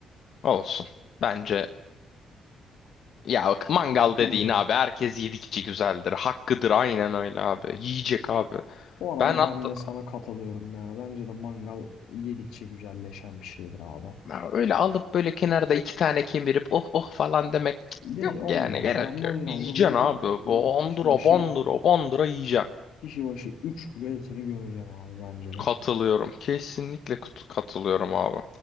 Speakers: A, on the left (about 60°); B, on the left (about 80°).
A: Olsun. Bence ya bak, mangal
B: Hakkım
A: dediğin
B: mıdır?
A: abi herkes yedikçe güzeldir. Hakkıdır aynen öyle abi. Yiyecek abi.
B: Bu arada
A: Ben hatta
B: ben de sana katılıyorum yani. Bence de mangal yedikçe güzelleşen bir şeydir abi.
A: Ya öyle alıp böyle kenarda iki tane kemirip oh oh falan demek cık,
B: De
A: yok
B: olmaz
A: yani gerek
B: ya. Mangalda
A: yok. Yiyeceksin
B: böyle gittin
A: abi.
B: mi
A: Bandıra
B: kişi başı
A: bandıra bandıra yiyeceksin.
B: kişi başı 3 kilo etini gömeceksin abi bence de.
A: Katılıyorum. Kesinlikle kut- katılıyorum abi.